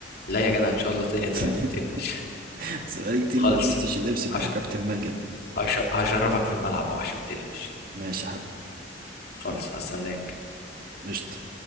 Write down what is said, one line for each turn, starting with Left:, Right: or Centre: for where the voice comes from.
Left: لا يا جدع ان شاء الله الدنيا تمام
Right: <laughs>
Left: ما تقلقش
Right: بس بقالي كتير
Left: خالص
Right: ما لبستش اللبس بتاع
Left: هش...
Right: كابتن ماجد ده
Left: هش... هشرفك في الملعب اهو عشان ما تقلقش
Right: ماشي يا حبيبي
Left: خالص
Right: يلا
Left: هستناك
Right: قشطة